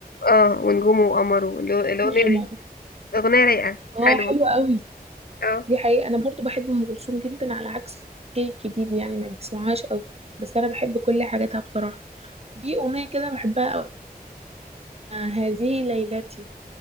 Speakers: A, on the left (about 70°); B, on the right (about 40°).
A: اه ونجومه وقمره اللي هو- الاغنيه دي
B: عمر.
A: اغنيه رايقه حلوه
B: اه حلوة قوي
A: اه
B: دي حقيقة انا برضو بحب ام كلثوم جدا على عكس جيل الجديد يعني ما بيسمعهاش قوي بس انا بحب كل حاجاتها بصراحة في اغنية كده بحبها قوي آه، هذه ليلتي